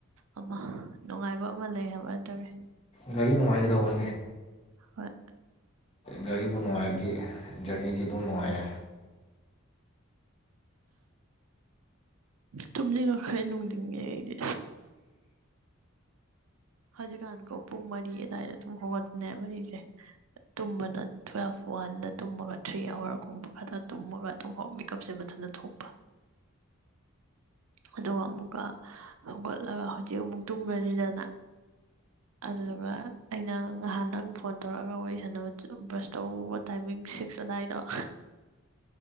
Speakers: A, on the right; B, on the left.
A: ꯑꯃ ꯅꯨꯡꯉꯥꯏꯕ ꯑꯃ ꯂꯩ ꯍꯥꯏꯕ ꯑꯗꯨꯒꯤ
B: ꯒꯥꯔꯤ ꯅꯨꯡꯉꯥꯏꯒꯗꯧꯕꯅꯤ
A: ꯍꯣꯏ
B: ꯒꯥꯔꯤꯕꯨ ꯅꯨꯡꯉꯥꯏꯔꯗꯤ ꯖꯔꯅꯤꯗꯤ ꯑꯗꯨꯝ ꯅꯨꯡꯉꯥꯏꯔꯦ
A: ꯇꯨꯝꯅꯤꯡꯉꯈ꯭ꯔꯦ ꯅꯨꯡꯗꯤꯤꯡꯉꯦ ꯑꯩꯗꯤ ꯍꯧꯖꯤꯛꯀꯥꯟꯀꯣ ꯄꯨꯡ ꯃꯔꯤ ꯑꯗꯨꯋꯥꯏꯗ ꯑꯗꯨꯝ ꯍꯧꯒꯠꯄꯅꯦ ꯃꯔꯤꯁꯦ ꯇꯨꯝꯕꯅ ꯇꯨꯋꯦꯜꯐ ꯋꯥꯟꯗ ꯇꯨꯝꯃꯒ ꯊ꯭ꯔꯤ ꯑꯋꯥꯔꯒꯨꯝꯕ ꯈꯔ ꯇꯨꯝꯃꯒ ꯑꯗꯨꯝ ꯃꯦꯀꯞꯁꯦ ꯃꯊꯟꯇ ꯊꯣꯛꯄ ꯑꯗꯨꯒ ꯑꯃꯨꯛꯀ ꯍꯧꯒꯠꯂꯒ ꯍꯧꯖꯤꯛ ꯑꯃꯨꯛ ꯇꯨꯝꯒꯅꯤꯗꯅ ꯑꯗꯨꯗꯨꯒ ꯑꯩꯅ ꯉꯍꯥꯟ ꯅꯪ ꯐꯣꯟ ꯇꯧꯔꯛꯑꯒ ꯋꯥꯔꯤ ꯁꯥꯟꯅꯕ ꯕ꯭ꯔꯁ ꯇꯧꯧꯕ ꯇꯥꯏꯃꯤꯡ ꯁꯤꯛꯁ ꯑꯗꯨꯋꯥꯏꯗꯣ ꯑꯗ